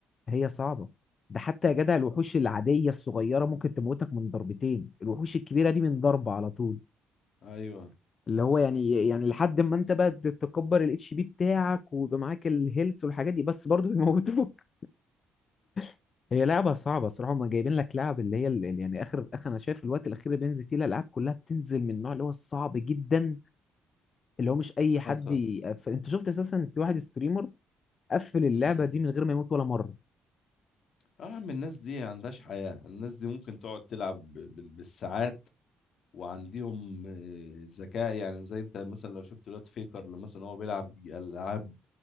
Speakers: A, on the left; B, on the left.
A: هي صعبه ده حتى يا جدع الوحوش العاديه الصغيره ممكن تموتك من ضربتين الوحوش الكبيره دي من ضربه على طول
B: ايوه
A: اللي هو يعني يعني لحد ما انت بقى تكبر الاتش بي بتاعك ويبقى معاك الهيلث والحاجات دي بس برضه بيموتوك <laughs> هي لعبه صعبه صراحه هم جايبين لك لعب اللي هي ال- ال- يعني اخر اخر انا شايف الوقت الاخير اللي بينزل فيه الالعاب كلها بتنزل من النوع اللي هو الصعب جدا اللي هو مش اي حد
B: حصل
A: ي... ف- انت شفت اساسا في واحد ستريمر قفل اللعبه
B: امم
A: دي من غير ما يموت ولا مره
B: اه يا عم الناس دي عندهاش حياه الناس دي ممكن تقعد تلعب بال- بالساعات وعندهم آه، ذكاء يعني زي انت مثلا لو شفت دلوقتي فيكر لما مثلا هو بيلعب العاب